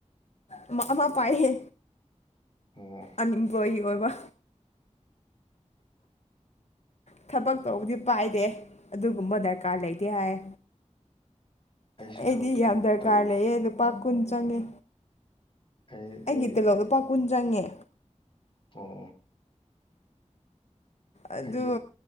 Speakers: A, on the left; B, on the left.
A: ꯑꯃ ꯑꯃ ꯄꯥꯏꯍꯦ
B: ꯑꯣ
A: ꯑꯟꯏꯝꯄ꯭ꯂꯣꯏꯣꯌꯤ ꯑꯣꯏꯕ ꯊꯕꯛ ꯇꯧꯕꯗꯤ ꯄꯥꯏꯗꯦ ꯑꯗꯨꯒꯨꯝꯕ ꯗꯔꯀꯥꯔ ꯂꯩꯇꯦ ꯍꯥꯏ
B: ꯑꯩꯁꯨ
A: ꯑꯩꯗꯤ
B: ꯊꯕꯛꯄꯨꯗꯤ
A: ꯌꯥꯝ ꯗꯔꯀꯥꯔ
B: ꯇꯧꯋꯦ
A: ꯂꯩꯌꯦ ꯂꯨꯄꯥ ꯀꯨꯟ ꯆꯪꯉꯦ
B: ꯑꯩ
A: ꯑꯩꯒꯤ
B: ꯑꯩ
A: ꯇꯤꯜꯂꯣꯞ ꯂꯨꯄꯥ ꯀꯨꯟ ꯆꯪꯉꯦ
B: ꯑꯣ
A: ꯑꯗꯨ
B: ꯑꯩꯁꯨ